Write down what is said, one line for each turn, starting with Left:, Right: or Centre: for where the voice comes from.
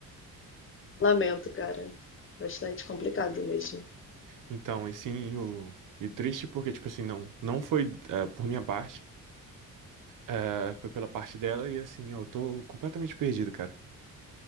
Left: Lamento, cara. Bastante complicado mesmo.
Right: Então, e sim, o, e triste porque, tipo assim, não, não foi eh, por minha parte, eh, foi pela parte dela e assim, eu tô completamente perdido, cara.